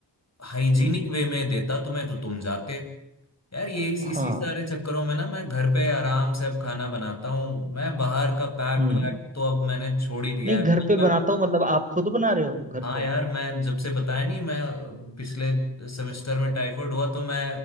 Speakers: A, on the left (about 35°); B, on the right (about 15°).
A: हाइजीनिक
B: हम्म
A: वे में देता तुम्हें तो तुम जाते यार ये इस, इसी
B: हाँ
A: सारे चक्करों में ना मैं घर पे आराम से अब खाना बनाता हूँ मैं बाहर का पैक्ड
B: हम्म
A: वैक्ड तो अब मैंने छोड़ ही दिया
B: नहीं
A: है
B: घर
A: मतलब
B: पे बनाता
A: मैं
B: हूँ मतलब आप खुद बना रहे हो घर
A: हाँ
B: पे
A: यार मैं जब से बताया नहीं मैं पिछले सेमेस्टर में टाइफाइड हुआ तो मैं